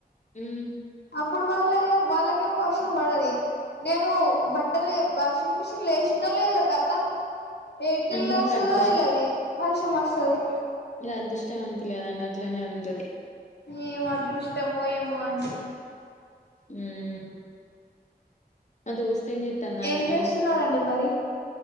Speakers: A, on the left; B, on the left.
A: ఉమ్,
B: అప్ ఇప్పుడు వాళ్లే వాళ్ళకేమో వర్షం పడది నేను బట్టలు వాషింగ్ మిషిన్లో ఎసినో లేదో కతం ఏడుకెళ్ళ
A: అంటే మీకు
B: వస్తుందో
A: అదృష్టం
B: తెళది వర్షం వస్తుది
A: మీది అదృష్టవంతులే అట్లనే ఉంటది
B: ఏం అదృష్టమో ఏమో అండి
A: ఉమ్ అ దోస్త్ ఏం చేత్తందండీ
B: ఏం
A: మరి
B: చేస్తున్నారండి మరి